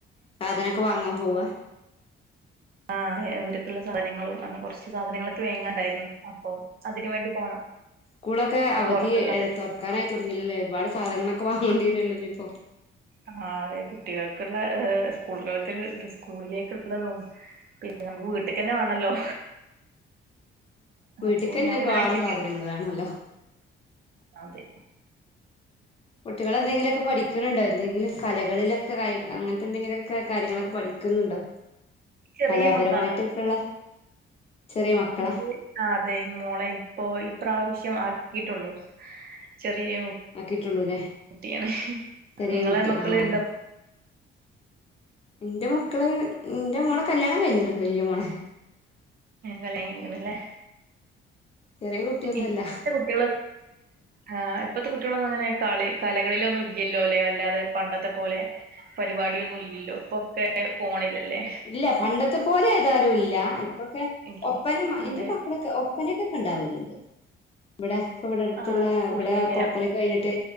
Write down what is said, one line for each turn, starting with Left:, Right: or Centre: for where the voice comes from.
Left: സാധനൊക്കെ വാങ്ങാൻ പോവുവാ
Right: ആഹ് ഇവർക്ക് ഉള്ള സാധനങ്ങളും അങ്ങനെ കുറച്ച് സാധനങ്ങളൊക്കെ വാങ്ങാൻ ഉണ്ടായിരുന്നു അപ്പൊ അതിന് വേണ്ടി പോണം
Left: സ്കൂളൊക്കെ
Right: അപ്പൊ
Left: അവധി്
Right: പുറത്തുന്ന്
Left: തുറക്കാനായി തുടങ്ങിയില്ലേ ഒരുപാട് സാധനങ്ങളൊക്കെ വാങ്ങേണ്ടി വരുല്ലോ ഇനിയിപ്പോ
Right: ആഹ് അതെ കുട്ടികൾക്കുള്ള ഹ് സ്കൂളുകൾക്ക് സ്കൂളിലേക്കുള്ളതും പിന്നെ നമുക്ക് വീട്ടക്ക്ന്നെ വേണല്ലോ
Left: വീട്ടക്ക്
Right: അപ്പൊ
Left: തന്നെ
Right: ഞങ്ങളിങ്ങനെ
Left: ഒരുപാട്
Right: ആഴ്ചയില്
Left: സാധനങ്ങൾ വേണല്ലോ
Right: അതെ
Left: കുട്ടികളെന്തെങ്കിലൊക്കെ പഠിക്കുന്നുണ്ടോ എന്തെങ്കിലും കലകളിലൊക്കെ ക അങ്ങനത്തെ എന്തെങ്കിലുമൊക്കെ കാര്യങ്ങളൊക്കെ പഠിക്കുന്നുണ്ടോ
Right: ചെറിയ
Left: കലാപരമായിട്ടൊക്കെയുള്ള
Right: മക്കളാണ്
Left: ചെറിയ മക്കളെ
Right: <inaudible> ആഹ അതെ മോളെ ഇപ്പോൊ ഈ പ്രാവശ്യം ആക്കിയിട്ടുള്ളു ചെറിയ
Left: ആക്കിയിട്ടുള്ളൂല്ലേ
Right: കുട്ടിയ
Left: ചെറിയ
Right: നിങ്ങളെ
Left: കുട്ടി
Right: മക്കള്
Left: ആഹ്
Right: ഇ
Left: എന്റെ മക്കള് എന്റെ മോളെ കല്യാണം കഴിഞ്ഞന്ന് വല്യ മോളെ
Right: കലനിക്കന്നല്ലേ
Left: ചെറിയ കുട്ടിയൊന്നുംല്ല
Right: ഇപ്പത്തെ കുട്ടികൾ ആ് ഇപ്പഴത്തെ കുട്ടികളൊന്നും അങ്ങനെ കളി കലകളിലൊന്നും ഇല്ലല്ലോ അല്ലെ അല്ലാതെ പണ്ടത്തെ പോലെ പരിപാടിയൊന്നും ഇല്ലല്ലോ ഇപ്പൊക്കെ ഫോണില്ലല്ലേ
Left: ഇല്ല പണ്ടത്തെ പോലെ ഏതാലും ഇല്ല ഇപ്പൊക്കെ
Right: ഇല്ല
Left: ഒപ്പന എന്റെ
Right: അതെ
Left: മക്കളൊക്കെ പപ്പനൊക്കെ കണ്ടാവലുണ്ട് ഇവിടെ ഇ ഇവിടെ അടുത്തുള്ള
Right: ആ സ്കൂളിലല്ലേ
Left: ഇവിടെൊ അപ്പന കഴിഞ്ഞിട്ട്